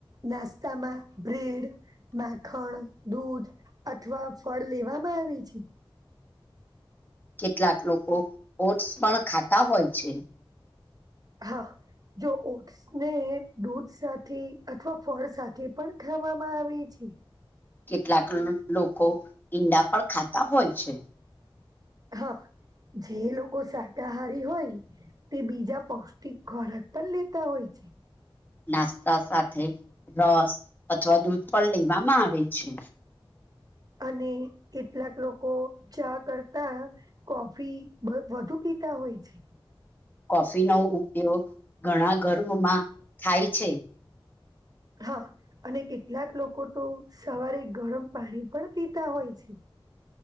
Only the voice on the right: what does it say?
નાસ્તામાં બ્રેડ, માખણ, દૂધ અથવા ફળ લેવામાં આવે છે.
હા, જો ઓટ્સને દૂધ સાથે અથવા ફળ સાથે પણ વામાં આવે છે.
હા, જે લોકો શાકાહારી હોય. તે બીજા પૌષ્ટિક ખોરાક પણ લેતા હોય છે.
અને કેટલાક લોકો ચા કરતા કોફી વધુ પી <unintelligible> પીતા હોય છે.
હા અને કેટલાક લોકો તો સવારે ગરમ પાણી પણ પીતા હોય છે.